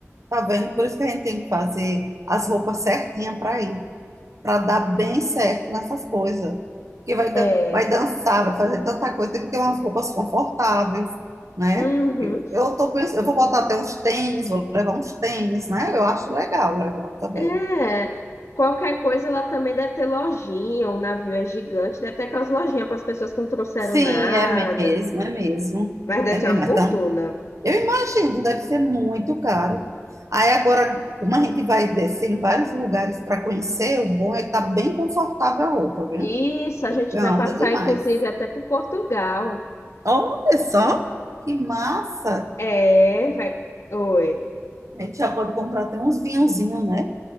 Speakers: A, on the right (about 75°); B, on the left (about 65°).
A: Tá vendo? Por isso que a gente tem que fazer as roupas certinhas para ir. para dar bem certo nessas coisas. Porque vai,
B: É.
A: dan- vai dançar, vai fazer tanta coisa, tem que ter umas roupas confortáveis, né?
B: Uhum.
A: Eu, eu tô pensando, eu vou botar até uns tênis, vou levar uns tênis, né? Eu acho legal levar também.
B: É, qualquer coisa ela também deve ter lojinha, o navio é gigante, deve ter aquelas lojinhas para as pessoas que não trouxeram
A: Sim,
B: nada,
A: é mesmo, é mesmo.
B: mas deve
A: É mesmo,
B: ser uma fortuna.
A: é tão... Eu imagino, deve ser muito caro. Aí agora, como a gente vai descer em vários lugares para conhecer, o bom é estar bem confortável a roupa, viu?
B: Isso, a
A: Porque
B: gente
A: anda
B: vai passar
A: demais.
B: inclusive até para Portugal.
A: Olha só, que massa!
B: É, vai. Oi.
A: A gente já pode comprar até uns vinhozinhos, né?